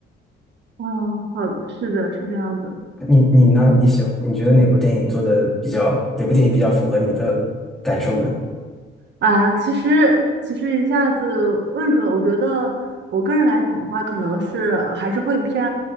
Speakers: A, on the right (about 60°); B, in the centre.
A: 嗯，好，是的，是这样的。
B: 你你呢？你喜你觉得哪部电影做的比较哪部电影比较符合你的感受呢？
A: 啊，其实其实一下子问住了，我觉得我个人来讲的话，可能是还是会偏